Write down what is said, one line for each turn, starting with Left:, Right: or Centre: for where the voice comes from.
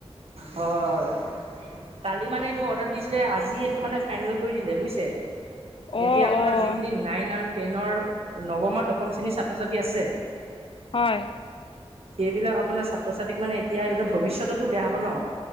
Right: হয়। কালি মানে এইটো অৰ্ডাৰ দিছিলে আজি এইটো মানে ফাইনেল কৰি দিলে বুজ এতিয়া
Left: অঁ
Right: আপোনাৰ
Left: অঁ
Right: যিখিনি নাইন আৰু টেনৰ নৱম আৰু দশম শ্ৰেণীৰ ছাত্ৰ ছাত্ৰী আছে
Left: হয়
Right: সেইবিলাক আপোনাৰ ছাত্ৰ ছাত্ৰীক মানে এতিয়া এই ভৱিষ্যততো বেয়া হব ন